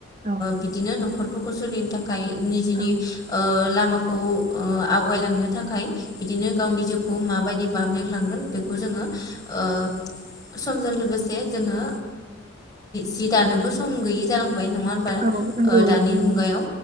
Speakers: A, on the right (about 35°); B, on the left (about 20°).
A: औ
B: बिदिनो न'खरफोरखौ सोलिनो थाखाय। थाखाय निजेनि
A: औ
B: लामाखौ आवगायलांनो थाखाय बिदिनो गावनि जिउखौ माबायदि बाबेंलांगोन बेखौ जोङो ओ समजों लोगोसे जोङो जि दानोबो सम गैयि जालां नङा होनबा
A: औ नंगौ
B: दानि
A: नंगौ नंगौ
B: मुगायाव